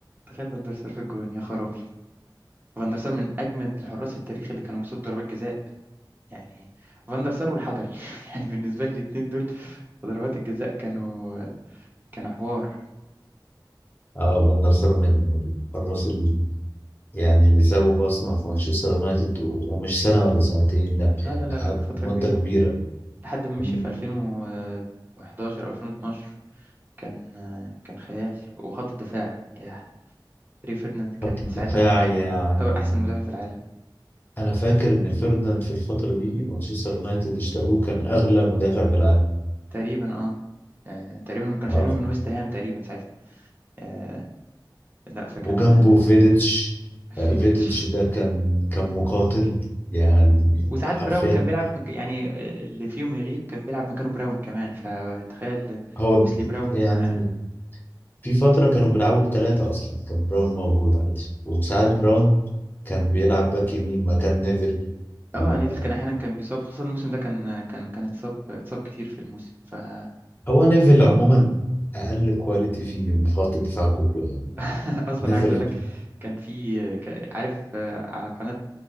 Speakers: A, on the right; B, on the left.
A: تخيل فاندر سار في الجون يا خرابي فاندر سار من اجمد الحراس التاريخ اللي كانوا بيصدوا ضربات جزاء يعني فاندر سار والحضري <laughs> يعني بالنسبة لي الاتنين دول ضربات الجزاء كانوا كانوا حوار
B: اه فاندر سار من الحراس ال- يعني اللي سابوا بصمة في مانشستر يونايتد و- ومش سنة ولا سنتين لا
A: لا
B: يعني
A: لا لا
B: قعد
A: لا فترة
B: مدة
A: كبيرة
B: كبيرة
A: لحد ما
B: مم.
A: مشي في 2011 او 2012 كان كان خيال وخط الدفاع ياه ريو فيرديناند كان
B: خط الدفاع
A: ساعتها ممكن
B: يعني
A: يكون يعتبر أحسن مدافع في العالم
B: أنا فاكر إن فيرديناند في الفترة دي مانشستر يونايتد اشتروه كان أغلى مدافع في العالم
A: تقريبا اه آه، تقريبا ما كانوا
B: اه
A: شارينه من ويست هام تقريبا ساعتها آه، لا فكان
B: وجنبه
A: آه،
B: فيديتش
A: <laughs> فيديتش
B: آه، فيديتش ده كان كان مقاتل يعني
A: وساعات
B: حرفيا
A: براون كان بيلعب مك- يعني آه، اللي فيهم يغيب كان بيلعب مكانه براون كمان فتخيل
B: هو
A: ويسلي براون
B: يعني
A: اه
B: في فترة كانوا بيلعبوا بثلاثة أصلا كان براون موجود عادي وساعات باك براون كان بيلعب باك يمين مكان نيفل آه،
A: آه، نيفل كان احيانا كان بيصاب خاصة الموسم ده كان آه، كان كان اتصاب اتصاب كتير في الموسم فاصلا
B: هو نيفل عموما أقل كواليتي فيه في خط الدفاع كله يعني
A: <laughs>
B: نيفل
A: عايز اقول لك كان في آه، ك- عارف آه، على قناة